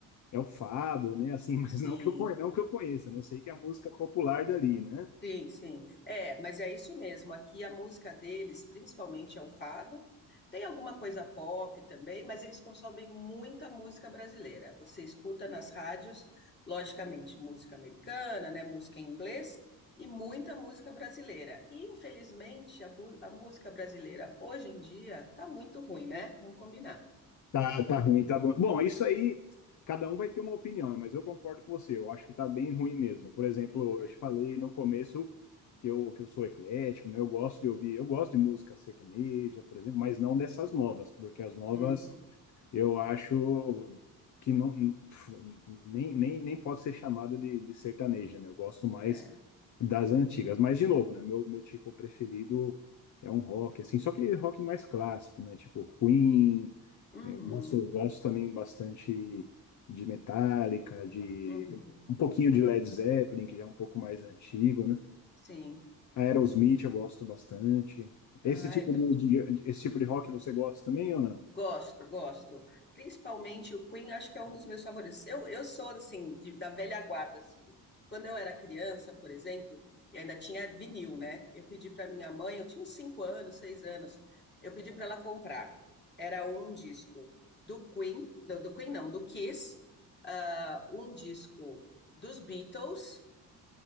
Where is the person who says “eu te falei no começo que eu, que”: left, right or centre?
Left